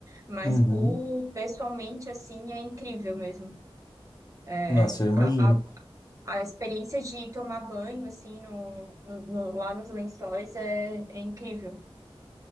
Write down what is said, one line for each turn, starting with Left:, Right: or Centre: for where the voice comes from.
Right: Mas
Left: Uhum.
Right: por pessoalmente, assim, é incrível mesmo. É,
Left: Nossa, eu imagino.
Right: A, a, a experiência de tomar banho, assim, no, no- no- lá nos Lençóis é, é incrível.